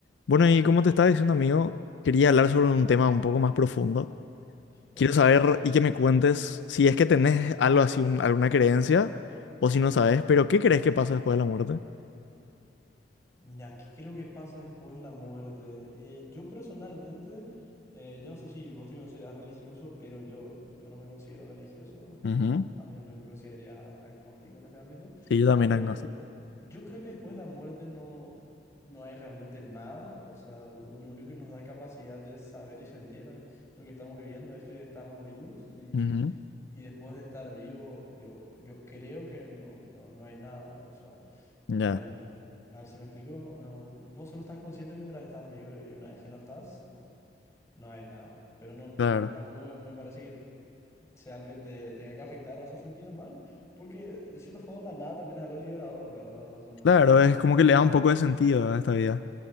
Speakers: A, on the left; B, on the left.
A: Bueno, y como te estaba diciendo, amigo, quería hablar sobre un tema un poco más profundo.
B: Ok,
A: Quiero saber y que me cuentes si es que tenés algo así, un- alguna creencia, o si no sabes, pero ¿qué crees que pasa después de la muerte?
B: mira, aquí creo que pasa después de la muerte? Eh, yo personalmente, eh, yo no sé si vos te consideras religioso, pero yo, yo no me considero religioso,
A: Ujú.
B: eh, más bien me, me consideraría agnóstico en ese ámbito,
A: Sí, yo también
B: pero
A: tengo así.
B: eh, yo creo que después de la muerte no, no hay realmente nada, o sea, lo único que nos da capacidad de saber y sentir lo que estamos viviendo es que estamos vivos y,
A: Ujú,
B: y después de estar vivo, yo, yo creo que no, no, no hay nada, o sea...
A: Ya.
B: Em, a ver si me explico. em, vos solo estás consciente mientras estás vivo y una vez que no estás, no, no hay nada. Pero no,
A: Claro.
B: tampoco me, me parece que sea algo que te tenga que afectar o hacer sentir mal, porque de cierto modo la nada también es algo liberador, ¿verdad? O sea, no,
A: Claro,
B: no, no
A: es
B: estás
A: como
B: sintiendo
A: que le
B: nada.
A: da un poco de sentido a esta vida.